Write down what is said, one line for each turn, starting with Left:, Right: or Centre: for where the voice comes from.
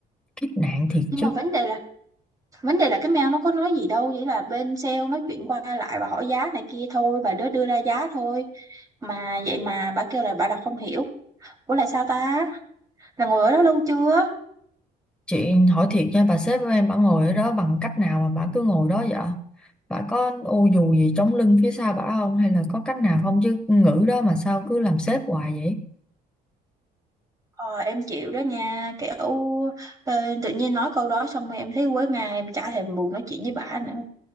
Centre: Kiếp nạn thiệt
Right: nhưng
Centre: chứ.
Right: mà vấn đề là vấn đề là cái mail nó có nói gì đâu chỉ là bên sale nói chuyện qua lại và hỏi giá này kia thôi bà đứa đưa ra giá thôi mà vậy mà bà kêu là bà đọc không hiểu ủa là sao ta là ngồi ở đó lâu chưa
Centre: Chị hỏi thiệt nha, bà sếp của em bà ngồi ở đó bằng cách nào mà bà cứ ngồi đó vậy? Bà có ô dù gì chống lưng phía sau bà không? Hay là có cách nào không chứ ngữ đó mà sao cứ làm sếp hoài vậy?
Right: ờ, em chịu đó nha kiểu ờ, tự nhiên nói câu đó xong rồi em thấy quấy ngang em chả thèm buồn nói chuyện với bà nữa